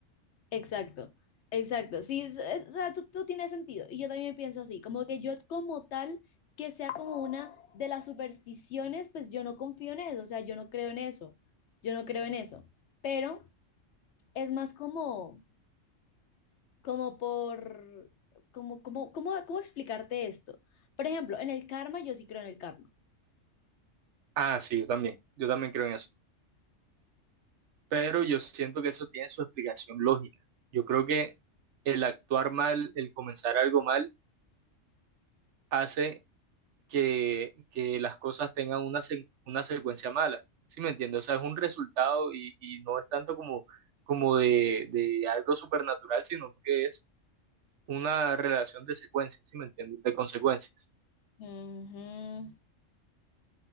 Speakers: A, on the left; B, on the right.
A: Exacto, exacto. Sí, es- es- o sea, tú, tú tienes sentido. Y yo también pienso así, como que yo como tal, que sea como una de las supersticiones, pues yo no confío en eso, o sea, yo no creo en eso, yo no creo en eso. Pero es más como, como por, como, como, como, ¿cómo explicarte esto? Por ejemplo, en el karma, yo sí creo en el karma.
B: Ah, sí, yo también, yo también creo en eso. Pero yo siento que eso tiene su explicación lógica. Yo creo que el actuar mal, el comenzar algo mal, hace que, que las cosas tengan una, se- una secuencia mala. ¿Sí me entiendes? O sea, es un resultado y, y no es tanto como, como de, de algo supernatural, sino que es una relación de secuencias, ¿sí me entiendes? De consecuencias.
A: Ujú,